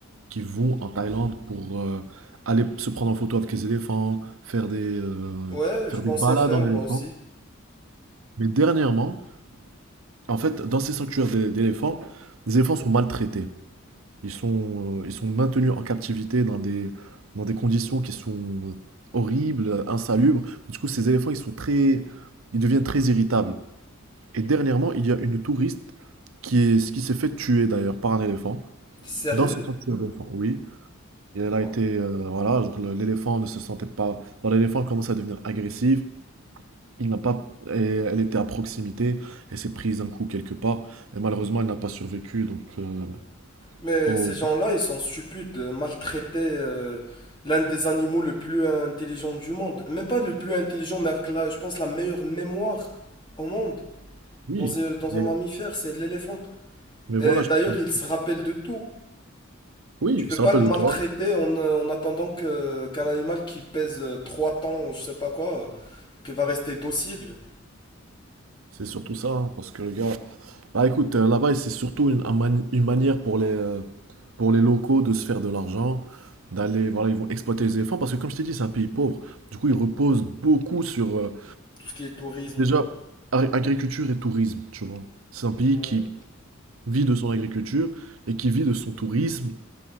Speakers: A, on the right (about 80°); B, on the left (about 25°).
A: qui vont en Thaïlande pour euh, aller se prendre en photo avec les éléphants, faire des, euh,
B: Ouais,
A: faire
B: je pensais
A: des balades
B: faire
A: en éléphant.
B: moi aussi.
A: Mais dernièrement, En fait, dans ces sanctuaires d'é- d'éléphants, les éléphants sont maltraités. Ils sont, euh, ils sont maintenus en captivité dans des, dans des conditions qui sont horribles, euh, insalubres. Du coup, ces éléphants, ils sont très, ils deviennent très irritables. Et dernièrement, il y a une touriste qui est, qui s'est fait tuer d'ailleurs par un éléphant
B: Sérieux?
A: dans ce sanctuaire d'éléphants. Oui, et elle a
B: Ouais.
A: été, euh, voilà, genre, le- l'éléphant ne se sentait pas. Alors, L'éléphant commence à devenir agressif. Il n'a pas, et elle était à proximité, elle s'est prise un coup quelque part, et malheureusement elle n'a pas survécu, donc euh,
B: Mais
A: faut-
B: ces gens-là, ils sont stupides de maltraiter euh, l'un des animaux le plus intelligent du monde. Même pas le plus intelligent, mais avec la, je pense, la meilleure mémoire au monde.
A: oui,
B: Dans un, dans
A: mais,
B: un mammifère, c'est l'éléphant.
A: mais
B: Et
A: voilà,
B: D'ailleurs,
A: je- comme-
B: il se rappelle de tout.
A: oui,
B: Tu peux
A: il se
B: pas
A: rappelle
B: le maltraiter
A: de toi,
B: en, euh, en attendant que, qu'un animal qui pèse euh, 3 tonnes, ou je sais pas quoi, euh, qui va rester docile.
A: c'est surtout ça, hein, parce que le gars, bah écoute, euh, là-bas c'est surtout une, un mani- une manière pour les, euh, pour les locaux de se faire de l'argent, d'aller, voilà, ils vont exploiter les éléphants, parce que comme je t'ai dit, c'est un pays pauvre, du coup ils reposent beaucoup sur, euh,
B: Tout ce qui est tourisme.
A: déjà, ar- agriculture et tourisme, tu vois, c'est un pays
B: Ouais.
A: qui vit de son agriculture, et qui vit de son tourisme,